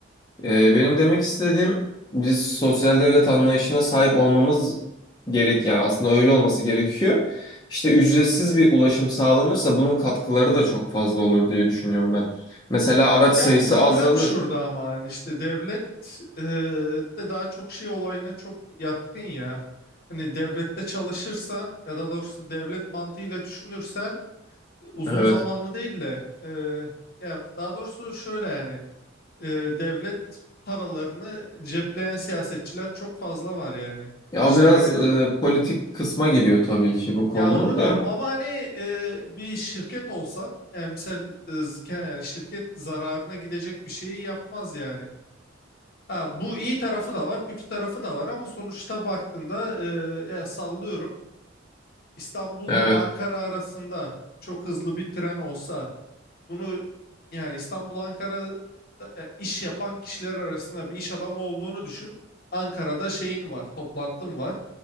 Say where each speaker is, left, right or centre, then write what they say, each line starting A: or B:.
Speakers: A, on the left (about 20°); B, on the left (about 50°).
A: E, benim demek istediğim biz sosyal devlet anlayışına sahip olmamız gerek yani aslında öyle olması gerekiyor. İşte ücretsiz bir ulaşım sağlanırsa bunun katkıları da çok fazla olur diye düşünüyorum ben. Mesela araç
B: Ya
A: sayısı
B: problem
A: azalır.
B: şurada ama yani işte devlet e, de daha çok şey olayına çok yatkın ya. Hani devlette çalışırsan ya da doğrusu devlet mantığıyla düşünürsen uzun
A: Evet.
B: zamanlı değil de e, ya daha doğrusu şöyle yani e, devlet paralarını cepleyen siyasetçiler çok fazla var yani.
A: Ya
B: İşte
A: o biraz e, politik kısma giriyor tabii ki bu konunun
B: ya onu
A: da.
B: diyorum ama hani e, bir şirket olsan yani misal e, ke- yani şirket zararına gidecek bir şeyi yapmaz yani. Ha, bu iyi tarafı da var, kötü tarafı da var ama sonuçta baktığında e, ya sallıyorum İstanbul
A: Evet,
B: Ankara arasında çok hızlı bir tren olsa Bunu yani İstanbul Ankara'da e, iş yapan kişiler arasında bir iş adamı olduğunu düşün. Ankara'da şeyin var, toplantın var.